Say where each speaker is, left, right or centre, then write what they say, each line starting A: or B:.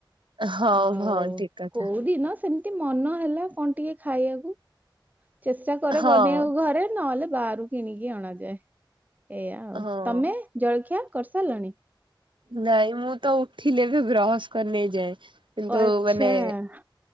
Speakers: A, on the right (about 75°); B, on the right (about 20°).
A: ହଁ ହଉ
B: ଆଉ
A: ହଁ ଠିକ କଥା
B: କୋଉଦିିନ ସେମ୍ ସେମିତି ମନ ହେଲା କଣ ଟିକେ ଖାଇବାକୁ। ଚେଷ୍ଟା କରେ
A: ହଁ
B: ବନେଇବାକୁ ଘରେ, ନହେଲେ ବାହାରୁ କିଣିକି ଅଣାଯାଏ ଏଇଆ ଆଉ।
A: ହଁ।
B: ତମେ ଜଳଖିଆ କରିସାରିଲଣି?
A: ନାଇଁ ମୁଁ ତ ଉଠିଲି ଏବେ ବ୍ରସ୍ କରିନି ଏଯାଏ। କିନ୍ତୁ
B: ଓ ଆଚ୍ଛା।
A: ମାନେ